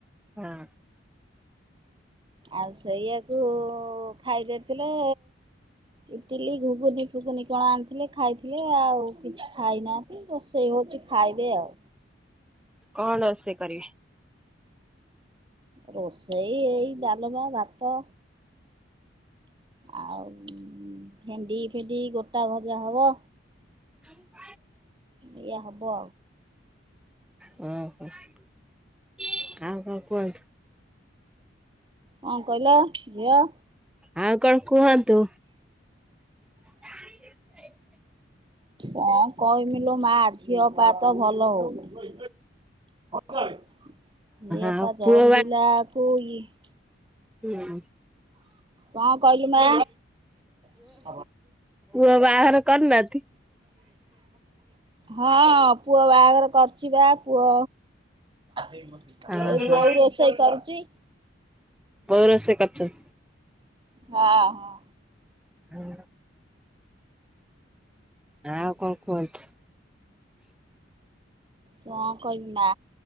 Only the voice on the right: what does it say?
ଆଉ ସେୟାକୁ ଖାଇ ଦେଇଥିଲେ। ଇଟିଲି ଘୁଗୁନି ଫୁଗୁନି କଣ ଆଣିଥିଲେ ଖାଇ ଥିଲେ ଆଉ କିଛି ଖାଇନାହାନ୍ତି ରୋଷେଇ ହଉଛି ଖାଇବେ ଆଉ।
ରୋଷେଇ ଏଇ ଡାଲମା, ଭାତ। ଆଉ ଭେଣ୍ଡି ଫେଣ୍ଡି ଗୋଟା ଭଜା ହବ।
ଇଆ ହବ।
କଣ କହିଲ ଝିଅ?
କ କହିବି ଲୋ ମା ଦେହ ପା ତ ଭଲ ହଉନି। ଦେହ
ପା <unintelligible>
କଣ କହିଲୁ ମା? <unintelligible>
ହଁ-ଅ-ଅ-ଅ ପୁଅ ବାହାଘର କରିଛି ବା ପୁଅ ଏଇ
ବୋଉ ରୋଷେଇ କରୁଛି।
ହଁ ହଁ।
କଣ କହିବି ମା